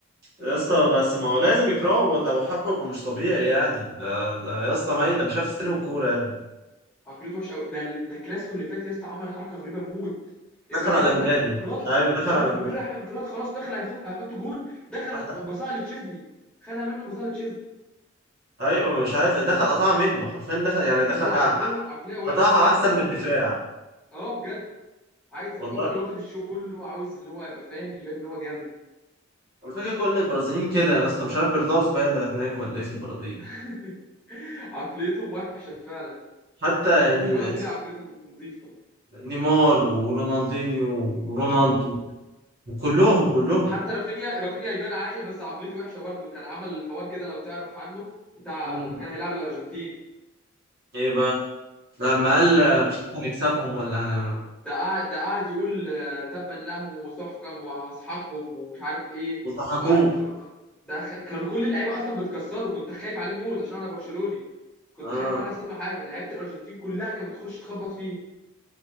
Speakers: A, on the right; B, in the centre.
A: يا اسطى بس ما هو لازم يكرهه لو حبه يبقى مش طبيعي يعني ده ده يا اسطى
B: آه.
A: ميت ده مش عارف يستلم الكورة يا ابني
B: عقليته وحشة قوي ده ده الكلاسيكو اللي فات يا اسطى عمل حركة غريبة موت امبابي
A: دخل على
B: كان
A: مبابي
B: رايح انفراد
A: ايوه دخل
B: اه
A: على
B: امبابي
A: مبابي
B: رايح انفراد خلاص دخل هياخد هيحط جول دخل
A: راح دخل
B: بصاله لتشيزني خدها منه بصاله لتشيزني
A: ايوه مش عارف دخل قطعها منه حرفيا دخل يعني دخل
B: هو
A: آه،
B: عقلية عقلية وحشة
A: قطعها
B: عاوز
A: احسن
B: يبقى هو
A: من
B: اللي
A: الدفاع
B: واخد اه بجد عايز
A: والله
B: يبقى هو اللي واخد الشو كله عاوز ان هو يبقى فاهم يبان ان هو جامد
A: الفكرة كل البرازيليين كده يا اسطى مش عارف بيرضعوا زبالة هناك ولا ايه في البرازيل
B: <laughs> عقليتهم وحشة فعلا
A: حتى يعني
B: مفيش برازيلي عقليته نظيفة
A: نيمار ورونالدينيو ورونالدو
B: اه
A: كلهم كلهم
B: حتى رافينيا رافينيا يبان عاقل بس عقليته وحشه برضه كان عمل الحوار كده لو تعرف عنه بتاع
A: مم.
B: لما كان هيلاعب الارجنتين
A: ايه بقى لما قال
B: كان
A: آه، مش عارف هنكسبهم ولا هن
B: ده قاعد ده قاعد يقول آه، تبا لهم وسحقا وهسحقهم ومش عارف ايه
A: وضحكوه
B: وقعد في... في- ده خ... كانوا كل اللعيبه اصلا بتكسره كنت خايف عليه موت عشان انا برشلوني كنت
A: اه
B: خايف عليه يحصل له حاجه لعيبه الارجنتين كلها كانت بتخش تخبط فيه